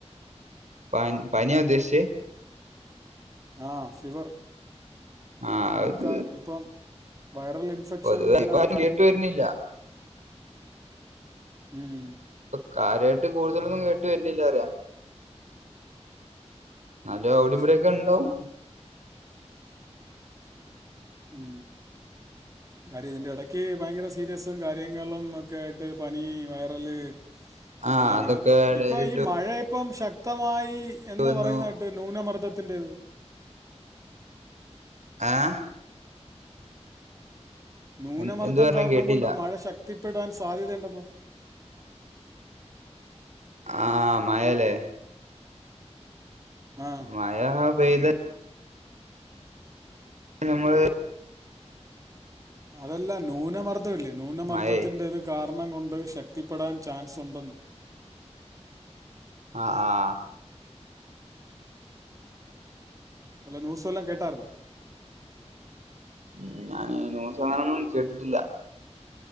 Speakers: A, on the right; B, on the right.
A: പ പനിയ ഉദ്ദേശിച്ചേ
B: ആ ഫിവർ
A: ആഹ്
B: അതൊക്കെ
A: അത്
B: ഇപ്പം വൈറൽ ഇൻഫെക്ഷൻ
A: പൊതുവെ ഇപ്പ
B: <unintelligible>
A: ആരും കേട്ട് വരുന്നില്ല
B: ഉം
A: ഇപ്പ കാര്യായിട്ട് കൂടുതലൊന്നും കേട്ട് വരുന്നില്ല അറിയാ ഇന്നാലും
B: അത്
A: അവിടിം ഇവടൊക്കെ
B: ശരി
A: ഉണ്ടാവും
B: ഉം കാര്യം ഇതിൻ്റെ ഇടയ്ക്ക് ഭയങ്കര സീരിയസും കാര്യങ്ങളും ഒക്കെ ആയിട്ട് പനി വൈറല് അങ്ങനെ
A: ആ അതൊക്കെ
B: അങ്ങനെ
A: ഇടയിലിട്ട്
B: ഇപ്പൊ ഈ മഴ ഇപ്പം ശക്തമായി എന്ന്
A: വന്നു
B: പറയുന്നത് കേട്ട് ന്യൂനമർദ്ദത്തിൻ്റേത്
A: ആഹ്
B: ന്യൂനമർദ്ദം
A: എൻ- എന്ത് പറഞ്ഞ
B: കാരണം
A: കേട്ടില്ല
B: കൊണ്ട് മഴ ശക്തിപ്പെടാൻ സാധ്യതയുണ്ടെന്ന്
A: ആഹ് മഴല്ലേ
B: ആഹ്
A: മായ പെയ്യ ഞമ്മള്
B: അതല്ല ന്യൂനമർദ്ദമില്ലേ ന്യൂനമർദ്ദത്തിന്റെത്
A: മഴേ
B: കാരണം കൊണ്ട് ശക്തിപ്പെടാൻ ചാൻസ് ഉണ്ടെന്ന്
A: ആഹ് ആഹ്
B: വെല്ല ന്യൂസ് വെല്ലോ കേട്ടാരുന്നോ
A: മം ഞാനി ന്യൂസ് അങ്ങനെയൊന്നും കേട്ടിട്ടില്ല